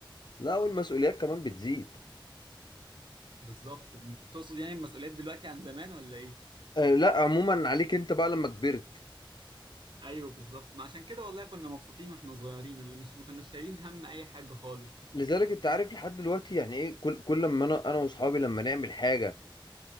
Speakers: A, on the left (about 55°); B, on the right (about 65°).
A: لا والمسؤوليات كمان بتزيد
B: بالظبط تقصد يعني المسؤوليات دلوقتي عن زمان ولا ايه
A: آه لا عموما عليك انت بقى لما كبرت
B: ايوه بالظبط ما عشان كده والله كنا مبسوطين واحنا صغيرين اللي مش ما كناش شايلين هم اي حاجه خالص
A: لذلك انت عارف لحد دلوقتي يعني ايه كل كل ما انا انا واصحابي لما نعمل حاجه